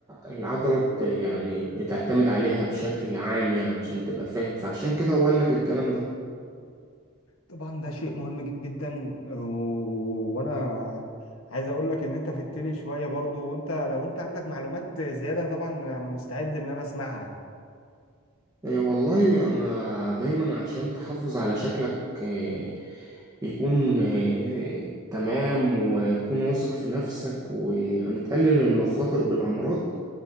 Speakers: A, on the right; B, on the left.
A: العضلة بت يعني بتعتمد عليها بشكل عام يعني عشان تبقى فاهم فعشان كده هو قال لك الكلام ده
B: طبعا ده شيء مهم جدا و- وانا عايز اقول لك ان انت في التاني شويه برضو وانت لو انت عندك معلومات زياده طبعا أنا مستعد ان انا اسمعها
A: إيه والله انا دايما عشان تحافظ على شكلك إيه يكون إيه تمام وتكون واثق في نفسك ويعني تقلل المخاطر بالامراض